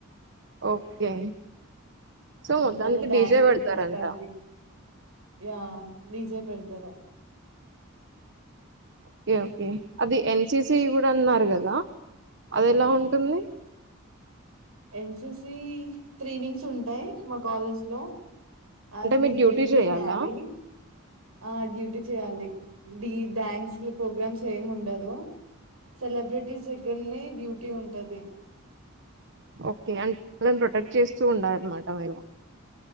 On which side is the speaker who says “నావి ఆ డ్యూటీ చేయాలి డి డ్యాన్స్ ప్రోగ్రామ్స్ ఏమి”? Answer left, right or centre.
Right